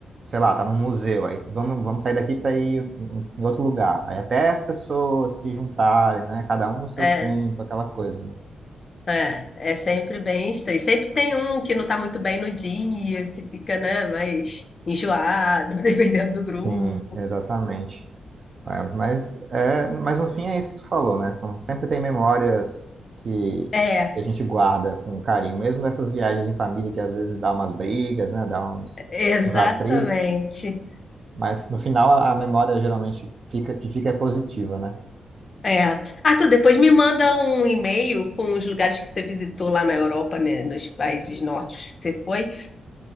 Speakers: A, on the right; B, on the left.
A: sei lá, tá num museu, aí vamos, vamos sair daqui para ir em em outro lugar. Aí até as pessoas se juntarem, né? Cada um no seu
B: é.
A: tempo, aquela coisa, né?
B: É, é sempre bem estranho. Sempre tem um que não tá muito bem no dia, que fica, né, mais enjoado, <laughs> dependendo do
A: Sim,
B: grupo.
A: exatamente. É, mas, é, mas no fim é isso que tu falou, né? São, sempre tem memórias que,
B: É,
A: a gente guarda com carinho, mesmo nessas viagens em família que às vezes dá umas brigas, né? Dá uns,
B: exatamente.
A: uns atritos, mas no final a, a memória geralmente fica, que fica é positiva, né?
B: É. Ah, tu depois me manda um e-mail com os lugares que você visitou lá na Europa, né, nos países nórdicos que você foi,